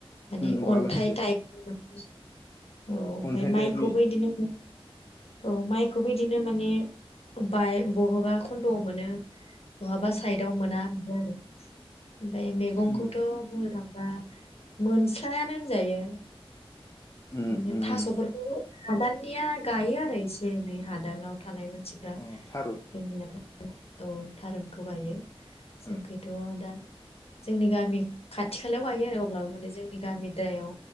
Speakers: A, on the left (about 75°); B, on the left (about 30°).
A: मानि
B: उम बालासिया
A: अन्थाइ टाइप <unintelligible> औ ओमफाय
B: अन्थाइ
A: माइखौबो
B: टाइपनि
A: इदिनो औ माइखौबो बिदिनो माने बाय बहाबा खन्द'आव मोनो बहाबा साइदाव मोना बिदिआरो ओमफाय मैगंखौथ'
B: उम
A: बुंनो नाआ दा मोनस्लायानो होनजायो।
B: उम
A: बिदिनो
B: उम
A: थास'फोरखौ हादाननिया गायो आरो एसे ननै हादानाव थानायमोन। मानिफ्रा
B: अ थारुन
A: ओम ओ औ थारुनखौ गायो जोंखैथ'
B: ओ
A: दा जोंनि गामि खाथि खालायाव गायो आरो अब्लाबो जोंनि गामिद्रायाव